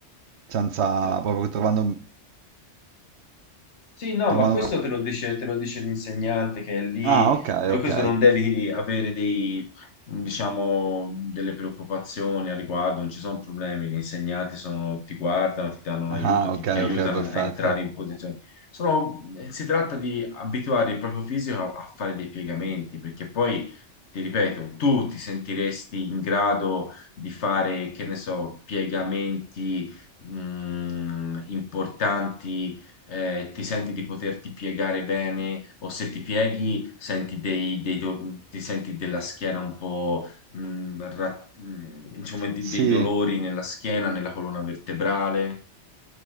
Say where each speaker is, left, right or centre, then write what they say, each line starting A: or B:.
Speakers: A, on the right; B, on the left.
A: senza
B: no?
A: proprio trovando,
B: Sì, no,
A: trovando
B: ma questo
A: una...
B: te lo dice, te lo dice l'insegnante che è lì,
A: Ah, ok,
B: per
A: ok.
B: questo non devi avere dei, diciamo, delle preoccupazioni al riguardo, non ci sono problemi, gli insegnanti sono- ti guardano, ti danno un
A: Ah,
B: aiuto, ti,
A: ok,
B: ti aiutano
A: ok, perfetto.
B: a entrare in posizione. Sono- eh, si tratta di abituare il proprio fisico a, a fare dei piegamenti, perché poi, ti ripeto, tu ti sentiresti in grado di fare, che ne so, piegamenti, mh, importanti eh, ti senti di poterti piegare bene o se ti pieghi senti dei, dei do- ti senti della schiena un po', mh, ra- mh, insomma, di-
A: Sì,
B: dei dolori nella schiena, nella colonna vertebrale.